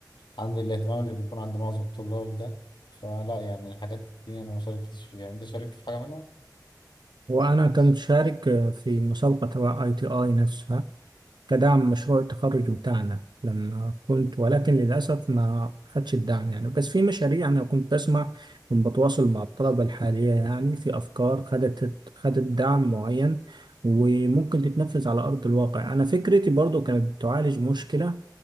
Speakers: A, on the left; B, on the right.
A: عندي الاهتمام اللي بيكون عند معظم الطلاب ده فلا يعني الحاجات دي أنا ما شاركتش فيها أنت شاركت في حاجة منها؟
B: وأنا كنت شارك في مسابقة تبع اي تي اي نفسها كدعم مشروع التخرج بتاعنا لما كنت ولكن للأسف ما خدش الدعم يعني بس في مشاريع أنا كنت بسمع كنت بتواصل مع الطلبة الحالية يعني في أفكار خدت خدت دعم معين وممكن تتنفذ على أرض الواقع أنا فكرتي برضو كانت بتعالج مشكلة